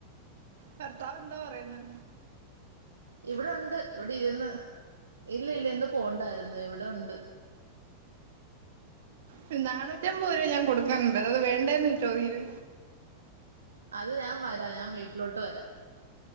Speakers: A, on the right; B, on the right.
A: ഭർത്താവ് എന്തോ പറയന്ന്
B: ഇവിടെ ഒണ്ട് ഇവിടെ ഇരുന്ന് ഇല്ല ഇല്ല ഇന്ന് പോണ്ടായിരുന്നു ഇവിടെ ഒണ്ട്
A: ഒരു നാനൂറ്റമ്പത് രൂപ ഞാൻ കൊടുക്കും ണ്ടത് അത് വേണ്ടേന്ന് ചോദീര്
B: അത് ഞാൻ വരാം ഞാൻ വീട്ടിലോട്ട് വരാം